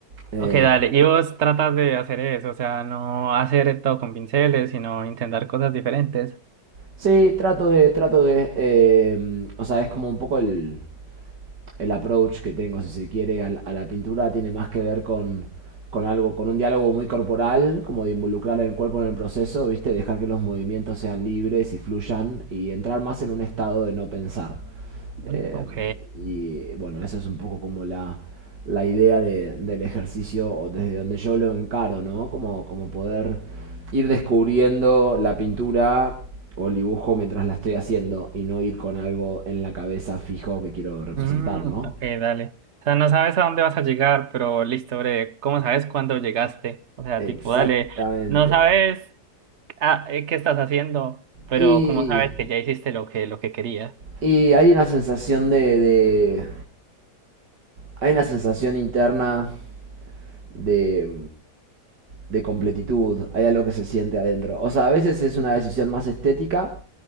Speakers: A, on the right; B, on the right.
A: Eh,
B: Ok, dale, y vos tratas de hacer eso, o sea, no hacer todo con pinceles, sino intentar cosas diferentes.
A: sí, trato de, trato de. eh, o sea, es como un poco el, el approach que tengo, si se quiere, al- a, la pintura. Tiene más que ver con, con algo, con un diálogo muy corporal, como de involucrar el cuerpo en el proceso, ¿viste? Dejar que los movimientos sean libres y fluyan y entrar más en un estado de no pensar.
B: Mm,
A: Eh,
B: ok.
A: y bueno, esa es un poco como la, la idea de- del ejercicio, o desde donde yo lo encaro, ¿no? Como, como poder ir descubriendo la pintura o el dibujo mientras la estoy haciendo y no ir con algo en la cabeza fijo que quiero representar,
B: Mm,
A: ¿no?
B: ok, dale. O sea, no sabes a dónde vas a llegar, pero listo, bre, ¿cómo sabes cuándo llegaste? O sea,
A: Exactamente.
B: tipo, dale, no sabes. Ah, eh, ¿qué estás haciendo? Pero
A: Y,
B: ¿cómo sabes que ya hiciste lo que, lo que querías?
A: y hay una sensación de, de- Hay una sensación interna de... de completitud, hay algo que se siente adentro. O sea, a veces es una decisión más estética,